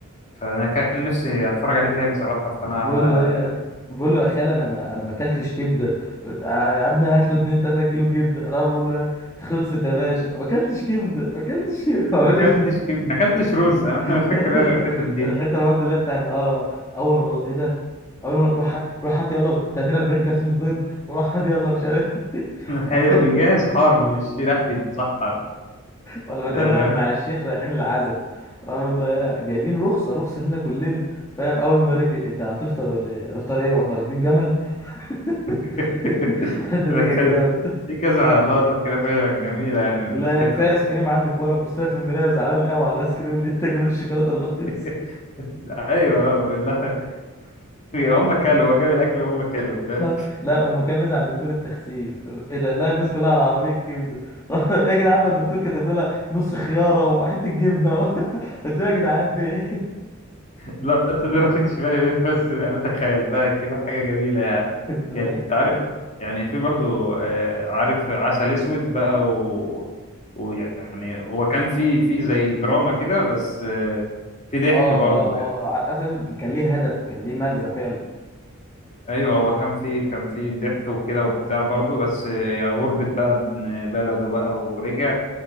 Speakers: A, on the left; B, on the left.
A: فانا كان نفسي اتفرج عليه تاني صراحه فانا
B: بقول له ايه بقول له يا خال انا ما انا ما اكلتش كبده آه يا ابني هات له 2 3 كيلو كبده انا بقول له إيه؟ خلصت يا باشا ما اكلتش كبده ما اكلتش كبده <laughs> ما
A: ما
B: عملش
A: اكلتش كي... ما اكلتش رز <laughs> انا
B: <laughs>
A: فاكر أنا الحته دي
B: الحته برضه اللي هي بتاعت اه اول رمضان ايه ده اول ما روح هات روح هات يلا 30 40 كرتونه بيض وروح هات يلا مش عارف <laughs>
A: <laughs>
B: حتة-
A: ايوه بيجهز حرب مش رايح يتسحر
B: ولا ما كان
A: يعني
B: رايح
A: فاهم
B: مع الشيخ رايحين العزا رحمه الله يا جايبين رخصه رخصه لنا كلنا فاهم اول ما ركب انت هتفطر ولا ايه هتفطر ايه واحنا راكبين جمل <laughs>
A: <laughs>
B: الحته
A: ده
B: دي كانت
A: كذا
B: جامد
A: في كذا لقطة كده فعلا جميلة يعني
B: والله
A: مضحكة
B: في ايس كريم عندك ورا بص لها في المرايه وزعلان قوي على الايس كريم اللي انت جايبه الشوكولاته الرخيص
A: <laughs> ايوه بالله هم كلوا هو جاب الاكل وهم كلوا فاهم
B: <laughs> لا اما كان نازل عند دكتور التخسيس بيقول له، ايه ده لا الناس كلها على عربيه كبده <laughs> يا جدعان ما الدكتور كاتب لنا نص خياره وحته جبنه <laughs> قلت له يا جدعان في ايه
A: اللقطة دي ما كنتش بالي منها بس انا تخيلتها كده حاجة جميلة يعني
B: <laughs> أنت فاهم؟
A: يعني انت عارف يعني في برضو آه، عارف عسل اسود بقى و... ويعني هو كان في في زي دراما كده بس آه، في ضحك
B: اه
A: برضو
B: اه اه على اساس كان ليه هدف كان ليه مغزى فعلا
A: ايوه
B: أنت
A: هو
B: فاهم؟
A: كان في كان في ضحك وكده وبتاع برضه بس يا غربة بقى ابن بلده بقى ورجع